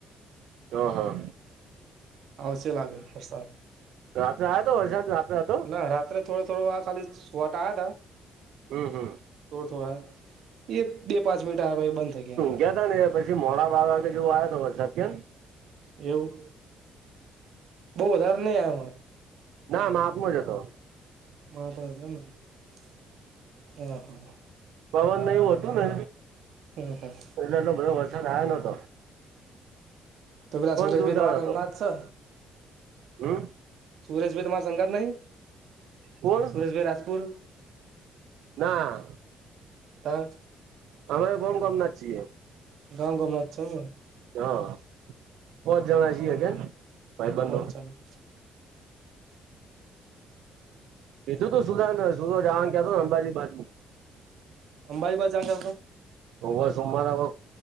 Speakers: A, on the right; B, on the right.
A: હ હા.
B: આવશે લાગે વરસાદ.
A: રાત્રે આવ્યો હતો વરસાદ રાત્રે હતો.
B: ના રાત્રે થોડો થોડો આ ખાલી છવાટા આયા તા.
A: હમ હમ.
B: થોડ થોડા એ બે પાંચ મિનટ આવે ભ બંધ થઈ ગયા.
A: ગયા ત ને એ પછી મોડા બાર જેવો આવ્યો તો વરસાદ કન.
B: એવું બઉ વધારે નહી આવ હોય
A: ના માપનો જ હતો
B: માત હ હા
A: પવનને એવું હતું ને
B: હમ હમ
A: એટલે એટલો બધો વરસાદ આવ્યો નહતો
B: તો પેલા સુરેશભાઈ
A: જોરદાર
B: તમા
A: હતો
B: અંગાત છે
A: હમ
B: સુરેશભાઈ તમારા સંઘાત નહી
A: કોણ
B: સુરેશભાઈ રાજપુર
A: ના
B: ત.
A: અમે ગોમ ગમના છીએ
B: ગામ ગમાં છ ને
A: હા પોચ જણ છીએ કેમ ભાઈ બંધો
B: પહોંચવાનું
A: કીધું તું સુધાને સુધ જવાનયા અંબાજી બાજુ
B: અંબાજી વાદ જાવા નુ કરતો તો
A: ઉભ સોમવારે કો